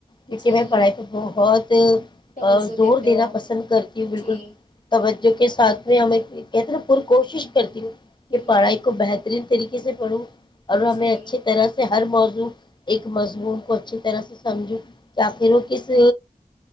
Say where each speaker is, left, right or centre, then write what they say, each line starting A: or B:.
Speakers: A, on the left (about 30°); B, on the left (about 60°).
A: کیونکہ
B: جی
A: میں پڑھائی پہ بہت
B: توجہ
A: زور
B: دیتے
A: دینا
B: ہو آپ؟
A: پسند کرتی ہوں بالکل
B: جی
A: توجہ جوک سات میں ہمیں
B: ہ
A: کہر اور کوشش کرتی ہوں
B: ہ
A: کہ پڑھاائی کو بہتر بہترین طریقے سے پڑھوں اور
B: جی
A: ہمیں اچھی طرح سے ہر موضوع ایک مضمون کو اچھی طرح سے سمجھو کہ آخر وہ کس